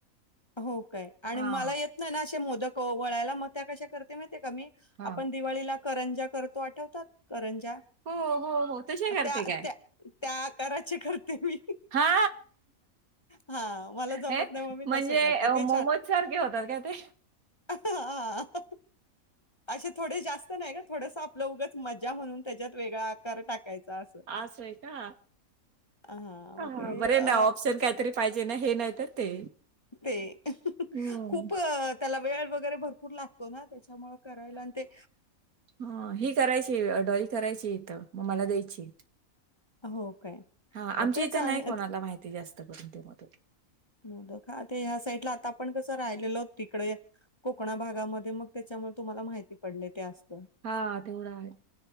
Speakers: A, on the left; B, on the right.
A: हो काय आणि
B: हा
A: मला येत नाही ना असे मोदक वळायला मग त्या कशा करते माहिते का मी
B: हा
A: आपण दिवाळीला करंजा करतो आठवतात करंजा
B: हो हो हो तश करते
A: त्या
B: काय
A: त्या त्या आकाराचे करते मी
B: हा
A: हां, मला जमत
B: हे
A: नाही मग मी
B: म्हणजे
A: तसे करते ते
B: मोमोज सारखे होतात का ते
A: हा असे थोडे जास्त नाही का थोडंस आपलं उगच मज्जा म्हणून त्याच्यात वेगळा आकार टाकायचा असं
B: अस हाय का
A: अ हा म
B: हां,
A: ते
B: हां. बरे ना
A: अ
B: ऑप्शन
A: च
B: काहीतरी पाहिजे ना हे नाही तर ते
A: ते
B: हं.
A: खूप त्याला वेळ वगैरे भरपूर लागतो ना त्याच्यामुळे करायला आणि ते
B: हे ही करायची अडोली करायची इथं मग मला द्यायची
A: हो काय.
B: हा
A: अ,
B: आमच्या
A: तेच
B: इथं
A: आणि
B: नाही कोणाला माहिती जास्त करून ते मोदक
A: मोदक हा ते ह्या साईडला आता आपण कसं राहिलेल होत तिकडे कोकणा भागामध्ये मग त्याच्यामुळे तुम्हाला माहिती पडले ते असत
B: हा तेवढा आहे
A: ह <unintelligible>